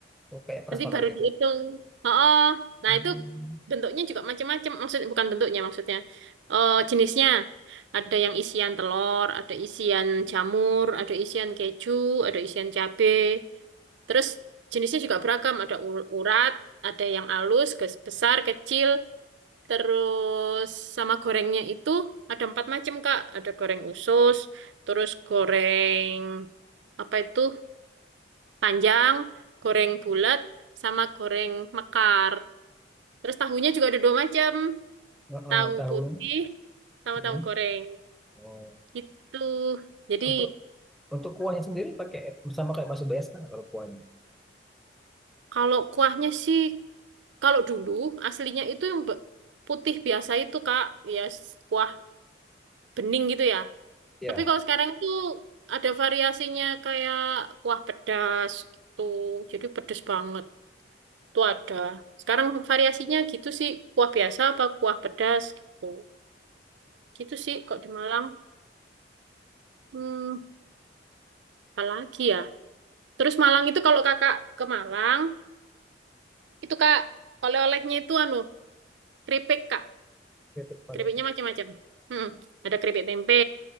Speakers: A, in the centre; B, on the right.
A: Oh, kayak prasmanan
B: nanti baru
A: gitu.
B: dihitung. Oh, oh. Nah
A: Hmm.
B: itu bentuknya juga macam-macam, maksud bukan bentuknya maksudnya, Eh, jenisnya. Ada yang isian telur, ada isian jamur, ada isian keju, ada isian cabe. Terus jenisnya juga beragam, ada u- urat, ada yang halus, ges- besar, kecil. Terus sama gorengnya itu ada empat macam, Kak. Ada goreng usus, terus goreng apa itu panjang, goreng bulat, sama goreng mekar. Terus tahunya juga ada dua macam,
A: Heeh,
B: tahu
A: tahu.
B: putih sama
A: mm
B: tahu goreng.
A: Oh.
B: Gitu. Jadi
A: Untuk untuk kuahnya sendiri pakai sama kayak bakso biasa kalau kuahnya.
B: kalau kuahnya sih, kalau dulu aslinya itu yang be- putih biasa itu, Kak. Ya s- kuah bening gitu ya.
A: Ya.
B: Tapi kalau sekarang itu ada variasinya kayak kuah pedas gitu. Jadi pedas banget. Itu ada. Sekarang variasinya gitu sih. Kuah biasa apa kuah pedas gitu. Gitu sih kok di Malang. Hmm, apa lagi ya? Terus Malang itu kalau kakak ke Malang, itu kak oleh-olehnya itu anu, keripik kak.
A: Oke, apa
B: Keripiknya
A: dong?
B: macam-macam. Hmm, ada keripik tempe,